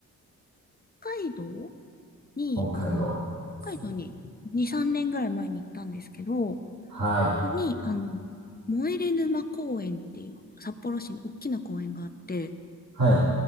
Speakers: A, on the left (about 25°); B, on the right (about 70°).
A: 北海道に、
B: 北海道ですね。
A: あの、北海道に2、3年ぐらい前に行ったんですけど、
B: はい。
A: こに、あの、燃え沼公園っていう札幌市に大きな公園があって、
B: はい。